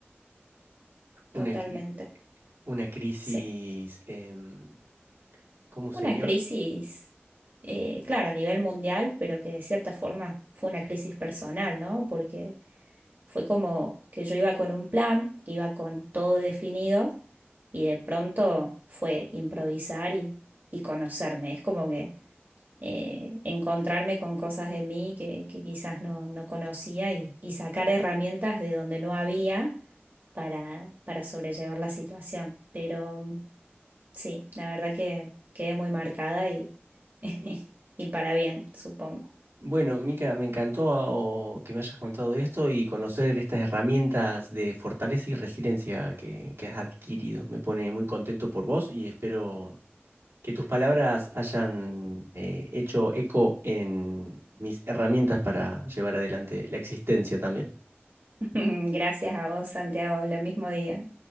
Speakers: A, on the right; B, on the right.
A: Una,
B: totalmente.
A: que- Una crisis,
B: Sí.
A: em, ¿cómo sería?
B: Una crisis, eh, claro, a nivel mundial, pero que de cierta forma fue una crisis personal, ¿no? Porque fue como que yo iba con un plan, iba con todo definido y de pronto fue improvisar y, y conocerme. Es como que eh, encontrarme con cosas de mí que, que quizás no, no conocía y, y sacar herramientas de donde no había para, para sobrellevar la situación. Pero Sí, la verdad que quedé muy marcada y, <laughs> y para bien, supongo.
A: Bueno, Mica, me encantó ah, o que me hayas contado esto y conocer estas herramientas de fortaleza y resiliencia que, que has adquirido. Me pone muy contento por vos y espero que tus palabras hayan eh, hecho eco en mis herramientas para llevar adelante la existencia también.
B: <laughs> Gracias a vos, Santiago. Lo mismo día.